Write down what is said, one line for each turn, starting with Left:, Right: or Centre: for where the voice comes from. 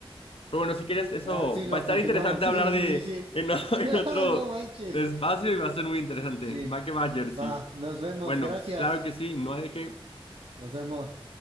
Left: Pero bueno, si quieres, eso
Right: Da- sí, lo
Left: va a estar
Right: continuamos.
Left: interesante
Right: Sí,
Left: hablar
Right: sí,
Left: de
Right: sí, sí.
Left: en, o- <laughs>
Right: <laughs>
Left: en otro
Right: no manches.
Left: espacio y va a ser muy interesante.
Right: Sí.
Left: Va que va, Jersey.
Right: Va, nos vemos.
Left: Bueno,
Right: Gracias.
Left: claro que sí, no hay de qué.
Right: Nos vemos.